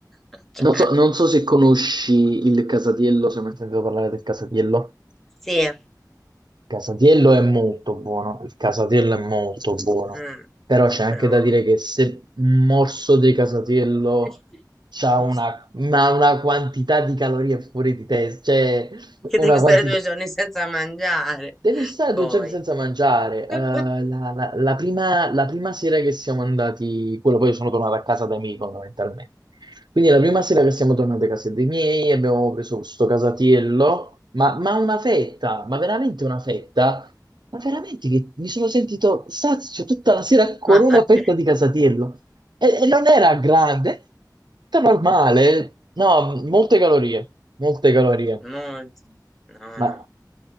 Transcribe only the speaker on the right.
Non so, non so se conosci il Casatiello, se mai sentito parlare del Casatiello.
Casatiello è molto buono, il Casatiello è molto buono,
però c'è anche
da dire che se un morso di Casatiello
ha una, ma una quantità di calorie fuori di testa, cioè
una
quantità
Devi stare
due giorni senza mangiare. Eh,
la, la- la prima, la prima sera che siamo andati, quello poi sono tornato a casa dai miei fondamentalmente. Quindi la prima sera che siamo tornati a casa dei miei abbiamo preso questo casatiello, ma, ma una fetta, ma veramente una fetta, ma veramente che mi sono sentito sazio tutta la sera con
una
fetta di casatiello. E, e non era grande, era normale, no, molte calorie, molte calorie.
Ma